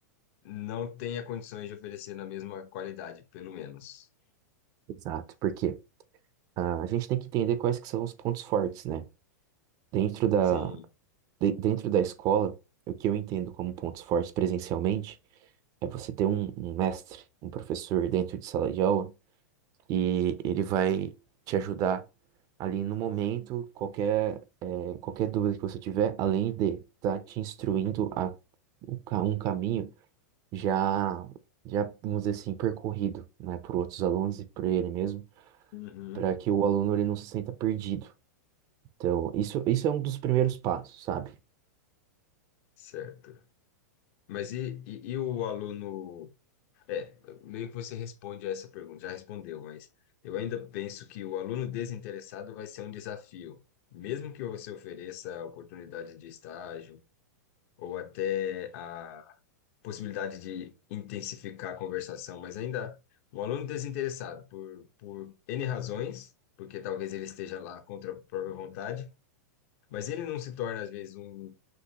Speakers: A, on the left; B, on the right.
A: não tenha condições de oferecer na mesma qualidade, pelo menos.
B: Exato, porque ah, a gente tem que entender quais que são os pontos fortes, né? Dentro da,
A: Sim.
B: de- dentro da escola, o que eu entendo como pontos fortes presencialmente é você ter um, um mestre, um professor dentro de sala de aula, e ele vai te ajudar ali no momento, qualquer, eh, qualquer dúvida que você tiver, além de estar te instruindo a um ca- um caminho já, já, vamos dizer assim, percorrido, né, por outros alunos e por ele mesmo,
A: Uhum.
B: para que o aluno ele não se sinta perdido. Então, isso, isso é um dos primeiros passos, sabe?
A: Certo. Mas e, e, e o aluno? É, meio que você responde a essa pergunta, já respondeu, mas eu ainda penso que o aluno desinteressado vai ser um desafio. Mesmo que você ofereça a oportunidade de estágio ou até a possibilidade de intensificar a conversação, mas ainda um aluno desinteressado por, por N razões, porque talvez ele esteja lá contra a própria vontade, mas ele não se torna, às vezes, um